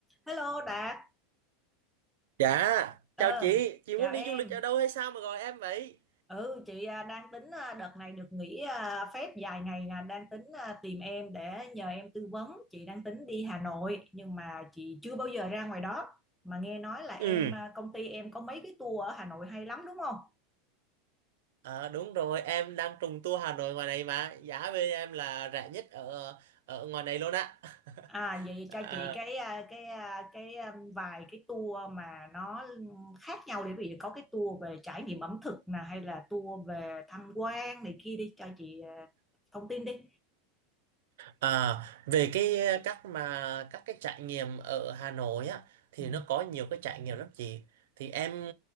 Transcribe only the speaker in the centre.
Hello Đạt,
ờ,
chào
em.
Ừ, chị à, đang tính à, đợt này được nghỉ à, phép dài ngày nè, đang tính à, tìm em để nhờ em tư vấn. Chị đang tính đi Hà Nội nhưng mà chị chưa bao giờ ra ngoài đó. Mà nghe nói là em
à, công ty em có mấy cái tour ở Hà Nội hay lắm đúng không?
À vậy
cho chị cái à, cái à, cái à, vài cái tour mà nó khác nhau để Ví dụ có cái tour về trải nghiệm ẩm thực nè hay là tour về tham quan này kia đi cho chị à, thông tin đi.
Ừ.